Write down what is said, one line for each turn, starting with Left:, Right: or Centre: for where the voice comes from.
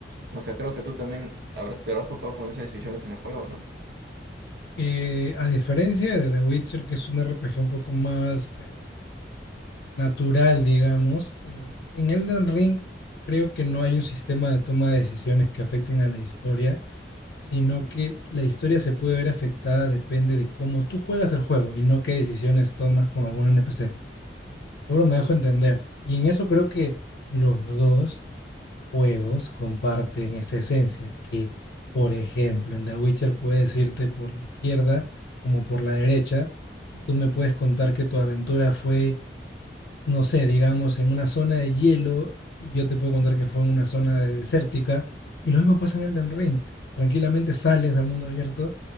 Right: O sea, creo que tú también habrás, te habrás topado con esas decisiones en el juego, ¿no?
Left: Eh, a diferencia de The Witcher, que es un RPG un poco más eh, natural, digamos, eh, en Elden Ring creo que no hay un sistema de toma de decisiones que afecten a la historia sino que la historia se puede ver afectada depende de cómo tú juegas el juego y no qué decisiones tomas con algún NPC. Seguro me dejo entender. Y en eso creo que los dos juegos comparten esta esencia, que por ejemplo en The Witcher puedes irte por la izquierda como por la derecha y tú me puedes contar que tu aventura fue no sé, digamos, en una zona de hielo, y yo te puedo contar que fue en una zona desértica, y lo mismo pasa en Elden Ring. Tranquilamente sales al mundo abierto